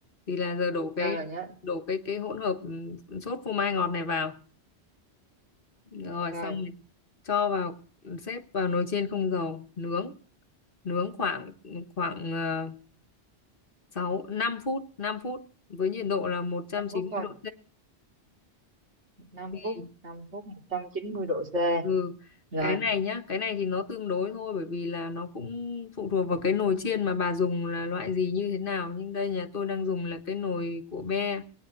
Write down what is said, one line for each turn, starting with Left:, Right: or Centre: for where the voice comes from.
Left: thì là giờ đổ cái
Right: rồi rồi nhớ
Left: đổ cái cái hỗn hợp ừ, sốt phô mai ngọt này vào rồi
Right: rồi
Left: xong rồi cho vào xếp vào nồi chiên không dầu nướng nướng khoảng khoảng uh, 6 5 phút 5 phút với nhiệt độ là một trăm
Right: năm
Left: chín
Right: phút
Left: mươi
Right: thôi
Left: độ
Right: năm
Left: C
Right: phút năm phút một trăm chín mươi độ C
Left: ừ
Right: rồi
Left: cái này nhá cái này thì nó tương đối thôi bởi vì là nó cũng phụ thuộc vào cái nồi chiên mà bà dùng là loại gì như thế nào nhưng đây nhà tôi đang dùng là cái nồi của be